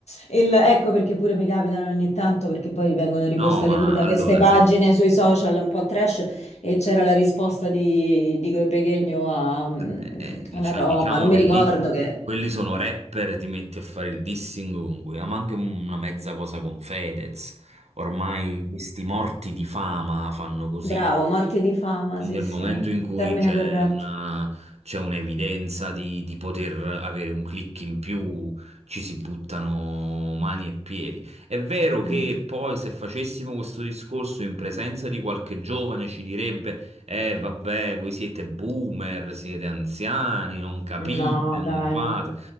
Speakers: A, on the left; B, on the right.
A: il... Ecco perché pure mi capitano ogni tanto perché poi vengono ripostati
B: No, ma
A: pure da
B: allora,
A: queste pagine
B: se-
A: sui social un po' trash e c'era la risposta di, di quel Pechegno a, a
B: vabbè, eh, dicia-
A: una roba,
B: diciamo
A: non mi
B: che
A: ricordo
B: lì
A: che...
B: quelli sono rapper, ti metti a fare il dissing con cui, ma anche una mezza cosa con Fedez. Ormai questi morti di fama fanno così.
A: Bravo, morti di fama,
B: Nel
A: sì sì,
B: momento
A: è il
B: in cui
A: termine
B: c'è
A: corretto.
B: una, c'è un'evidenza di, di poter avere un click in più, ci si buttano mani e piedi. È vero che
A: Mm.
B: poi se facessimo questo discorso in presenza di qualche giovane ci direbbe: Eh, vabbè, voi siete boomer, siete anziani, non capite,
A: No,
B: non
A: dai,
B: fate.
A: non...